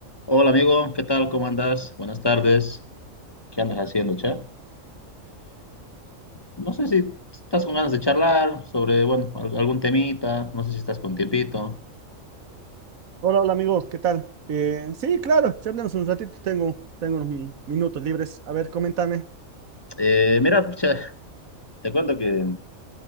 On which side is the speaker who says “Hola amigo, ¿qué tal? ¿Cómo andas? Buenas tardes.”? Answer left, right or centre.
Left